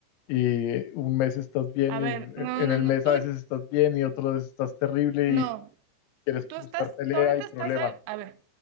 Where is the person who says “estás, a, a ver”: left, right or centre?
Right